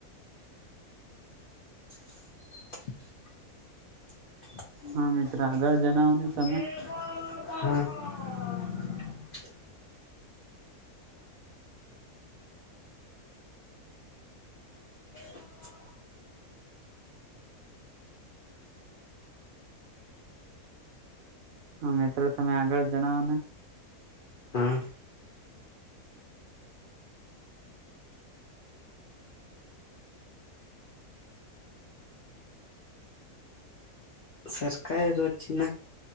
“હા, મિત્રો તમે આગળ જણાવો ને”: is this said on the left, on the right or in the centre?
Right